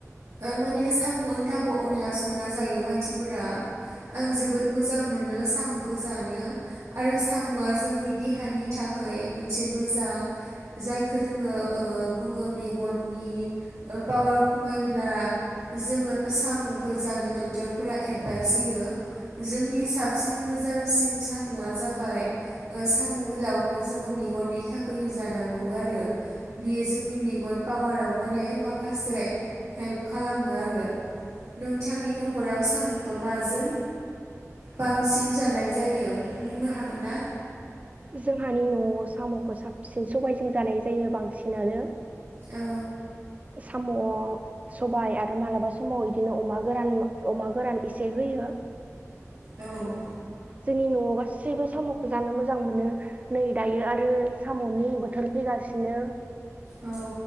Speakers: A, on the right; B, on the right.
A: ओ माने सामु ओनथाबो अनला संना जायो मानसिफोरा आं जोबोद मोजां मोनो सामुखो जानो आरो सामुआ जोंनि देहानि थाखाय मोनसे मोजां जायखौ जोङो बुङो मेगननि पावार खमायब्ला जोङो सामुखौ जानो डक्टरफोरा एडभाइस होयो जोंनि साबसिन मोजांसिन सामुआ जाबाय सामु गोलावखौ जोङो मेगननि थाखाय जानांगौ आरो बियो जोंनि मेगन पावाराव माने माखासे हेल्प खालामो आरो नोंथांनि न'खराव साम'खौ माजों बांसिन जा नाय जायो। बुंनो हागोन ना?
B: जोंहानि न'आव सामुखौ साबसिन सबायजों जानाय जायो बांसिनानो।
A: औ
B: साम' सबाय आरो मालाबा समाव इदिनो अमा गोरान अमा गोरान एसे होयो।
A: औ
B: जोंनि न'आव गासैबो साम'खौ जानो मोजां मोनो नै दायो आरो साम'नि बोथोर फैगासिनो।
A: औ